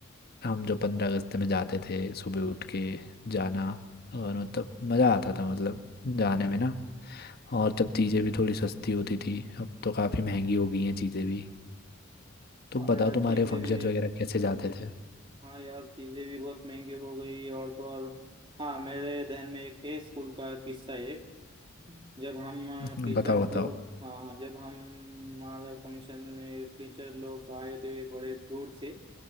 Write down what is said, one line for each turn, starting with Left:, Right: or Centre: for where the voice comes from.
Left: हम जो पंद्रह अगस्त में जाते थे सुबह उठ के जाना और मतलब मज़ा आता था मतलब जाने में ना और तब चीज़ें भी थोड़ी सस्ती होती थी अब तो काफ़ी महंगी हो गई हैं चीज़ें भी तो
Right: हाँ
Left: बताओ
Right: यार
Left: तुम्हारे
Right: चीज़ें
Left: फंक्शंस
Right: भी
Left: वगैरह कैसे जाते थे
Right: हाँ यार चीज़ें भी बहुत महंगी हो गई और तो और हाँ मेरे ध्यान में एक है स्कूल का किस्सा एक जब हम
Left: <laughs>
Right: टीचर्स
Left: बताओ बताओ
Right: लोग हाँ जब हम हमारा फंक्शन में टीचर लोग आए थे बड़े दूर से